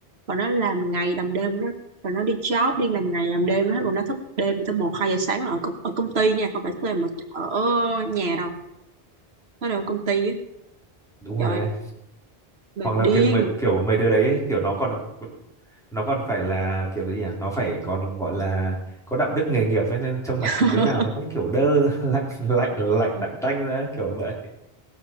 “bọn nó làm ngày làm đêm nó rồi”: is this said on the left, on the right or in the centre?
Right